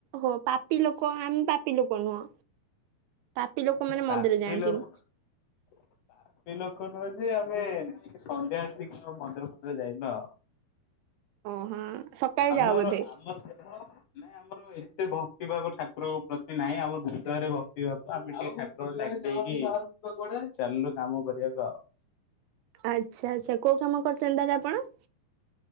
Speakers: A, on the right (about 80°); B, on the left (about 75°).
A: ହୋ ପାପି ଲୋକ, ଆମେ ପାପି ଲୋକ ନୁହଁ। ପାପି ଲୋକମାନେ ମନ୍ଦିର
B: ପାପୀ
A: ଯାଆନ୍ତିନି।
B: ଲୋକ, ପାପୀ ଲୋ କ ନୁହେଁ ଯେ ଆମେ ସନ୍ଧ୍ୟା ବେଳେ ଟିକେ ମନ୍ଦିର ଫନ୍ଦିର ଯାଇନ।
A: ଓହୋ ସକାଳେ
B: ଆମର
A: ଯାଅ ବୋଧେ
B: ଆମ ନାଇଁ ଆମର ଏତେ ଭକ୍ତିଭାବ ଠାକୁରଙ୍କ ପ୍ରତି ନାଇଁ, ଆମ ହୃଦୟରେ ଭକ୍ତିଭାବ ଆମେ ଟିକେ ଠାକୁର ଡାକି ଦେଇକି, ଚାଲିଲୁ କାମ କରିବାକୁ ଆଉ।
A: ଆଚ୍ଛା ଆଚ୍ଛା କୋଉ କାମ କରୁଚନ୍ତି ତାହେଲେ ଆପଣ?